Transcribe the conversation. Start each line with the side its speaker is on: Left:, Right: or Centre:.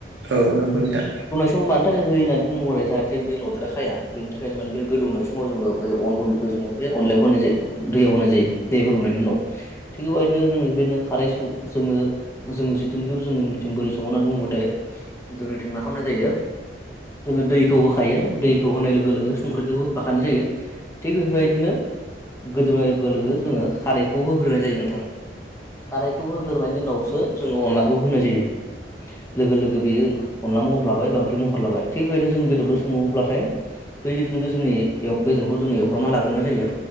Right: औ नंगौ नोंथां
Left: सम मानि थाखाय हो होननानै बुंहरो जाहाथे बे लद्रा खाया बेनि थाखायनो माने बे गोदौनाय समाव जोङो बे अन गुन्दैखौ जोङो बे अनलायाव होनाय जायो दैयाव होनाय जायो दै गोदौनायनि उनाव थिग बेबायदिनो जोङो बेबायदिनो खारै स जोङो जोङो जिथुनिखि जोनिथिं बोरै सङो होननानै बुंङोबाथाय जोंनिथिं मा खालामनाय जायो। जोङो दैखौ होखायो दै खौ होनाय लोगो लोगो संख्रिखौबो होफाखानाय जायो थिग बेफोरबायदिनो गोदौनाय लोगो लोगो जोङो खारैखौ होग्रोनाय जायो नोंथां खारैखौ होगोरनायनि उनावसो जोङो अनलाखौ होनाय जायो लोगो लोगो बेयो अनला महरलाबाय बा ओख्रि महरलाबाय थिग बेदिनो जों बेदरजों सङोब्लाथाय बै जिथनाखि जोंनि बेदरखौ जोङ एवफ्र्रामना लाग्रोनाय जायो